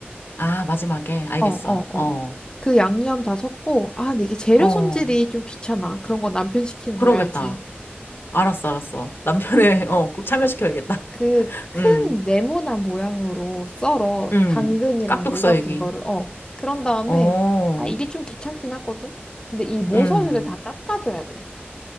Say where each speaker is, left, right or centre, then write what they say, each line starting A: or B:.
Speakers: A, on the left; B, on the left.
A: 아, 마지막에, 알겠어.
B: 어, 어,
A: 어,
B: 어. 그 양념 다 섞고 아, 근데 이게 재료
A: 어,
B: 손질이 좀 귀찮아. 그런 거 남편 시키는
A: 그러겠다.
B: 거야, 알지?
A: 알았어, 알았어. 남편의, <laughs> 어, 꼭 참여시켜야겠다.
B: 그
A: <laughs>
B: 큰
A: 음,
B: 네모난 모양으로 썰어
A: 음.
B: 당근이랑
A: 깍둑썰기.
B: 무 같은 거를 어 그런 다음에
A: 어,
B: 아 이게 좀 귀찮긴 하거든 근데 이 모서리를
A: 음.
B: 다 깎아줘야 돼